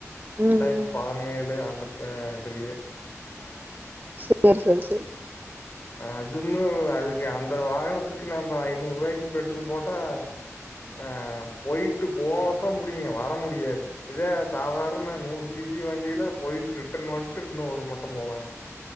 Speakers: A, on the right; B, on the left.
A: ம்
B: ரெண்டாயிரத்தி
A: ம்
B: ப பதினேழு ஆந்ததிலியே <unintelligible>
A: சேர் சேர் சேர்
B: அதுமே அதுக்கு அந்த வாகனத்துக்கு நம்ம ஐநூறு ரூபாய்க்கு பெட்ரோல் போட்டா ஆ போயிட்டு போவ தான் முடியுங்க வர முடியாது இதே சாதாரண நூறு சி சி வண்டியில போயிட்டு ரிட்டன் வந்துட்டு இன்னும் ஒரு மட்டம் போலாங்க